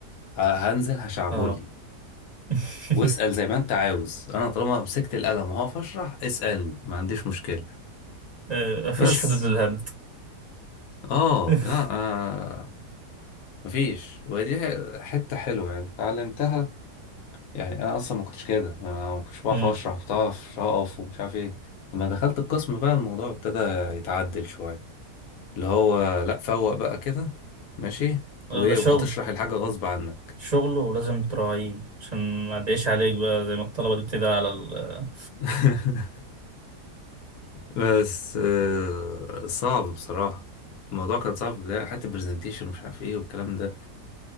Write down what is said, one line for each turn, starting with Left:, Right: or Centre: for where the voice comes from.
Left: ه- هنزل هشعبول
Right: اه <laughs>
Left: واسأل زي ما انت عاوز انا طالما مسكت القلم وهقف اشرح اسألني ما عنديش مشكلة
Right: آه، مفيش
Left: بس
Right: حدود للهبد
Left: اه
Right: <laughs>
Left: لا آه مفيش ودي ح- حتة حلوة يعني اتعلمتها يعني انا اصلا ما كنتش كده أنا ما كنتش بعرف
Right: مم.
Left: اشرح كنت بعرف اقف ومش عارف ايه لما دخلت القسم بقى الموضوع ابتدى يتعدل شوية اللي هو لا فوق بقى كده ماشي وايه
Right: ده شغل
Left: وهتشرح الحاجة غصب عنك
Right: شغله ولازم تراعيه عشان ما تعيش عليك بقى زي ما الطلبة دي بتدعي على ال
Left: <laughs> بس آه، صعب بصراحة الموضوع كان صعب في البداية حتى برزنتيشن ومش عارف ايه والكلام ده